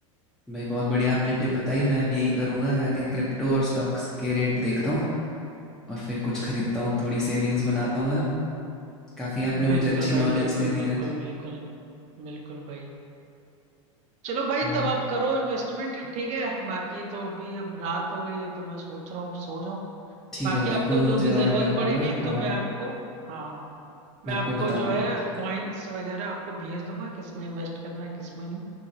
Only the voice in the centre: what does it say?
भाई बहुत बढ़िया आपने टिप बताई मैं अब यही करूँगा जाके क्रिप्टो और स्टॉक्स के रेट देखता हूँ और फिर कुछ खरीदता हूँ थोड़ी सेविंग्स बनाता हूँ मैं काफ़ी आपने
मुझे अच्छी
नॉलेज
दे दी
आज
और
ठीक
है भाई
कोई मुझे
और
डाउट
हुआ हाँ
मैं आपको
बताऊंगा
ठीक
है